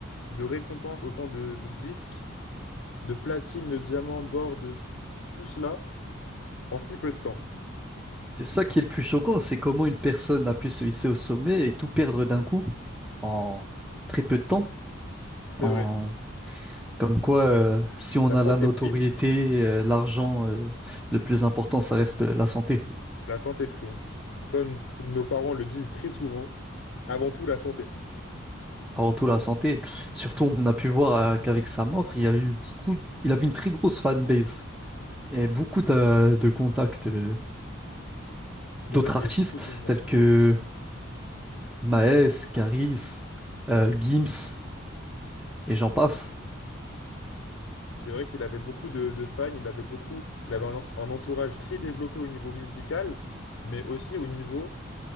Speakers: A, on the left; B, in the centre.
A: de récompenses, autant de, de disques, de platines, de diamants, d'or, de tout cela en si peu de temps.
B: C'est ça qui est le plus choquant, c'est comment une personne a pu se hisser au sommet et tout perdre d'un coup en très peu de temps.
A: C'est
B: En...
A: vrai.
B: Comme quoi, euh, si on
A: La
B: a
A: santé
B: la notoriété,
A: prime,
B: euh, l'argent, euh, le plus important, ça reste la santé.
A: la santé prime. Comme, comme nos parents le disent très souvent, avant tout la santé.
B: Avant tout, la santé. Surtout, on a pu voir euh, qu'avec sa mort, il y a eu beaucoup... il avait une très grosse fanbase et beaucoup de, de contacts. euh,
A: C'est
B: d'autres
A: vrai qu'il
B: artistes
A: y avait beaucoup de mouvements.
B: tels que Maes, Caris, euh, Gims et j'en passe.
A: C'est vrai qu'il avait beaucoup de, de fans, il avait beaucoup, il avait un, un entourage très développé au niveau musical, mais aussi au niveau